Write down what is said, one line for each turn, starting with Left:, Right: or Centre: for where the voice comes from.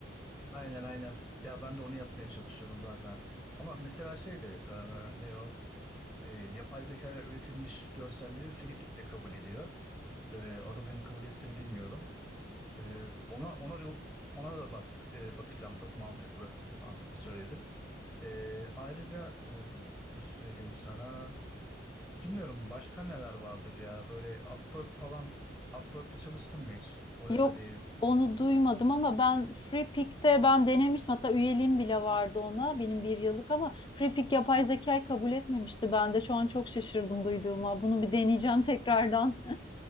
Centre: Aynen aynen. Ya ben de onu yapmaya çalışıyorum zaten. Ama mesela şey de e, ne o? E, yapay zeka ile üretilmiş görselleri Filipik'le kabul ediyor. E, Adobe'nin kabul ettiğini bilmiyordum. E, ona ona ona da bak e, bakacağım. Çok mantıklı. Mantıklı söyledin. Ee, ayrıca e, nasıl söyleyeyim sana bilmiyorum başka neler vardır ya böyle Upwork falan Upwork'te çalıştın mı hiç? Oraya
Left: <laughs> Yok
Centre: da bir pro-
Left: onu duymadım ama ben Free Pick'te ben denemiştim. Hatta üyeliğim bile vardı ona. Benim bir yıllık ama Free Pick yapay zekayı kabul etmemişti. Ben de şu an çok şaşırdım duyduğuma. Bunu bir deneyeceğim tekrardan.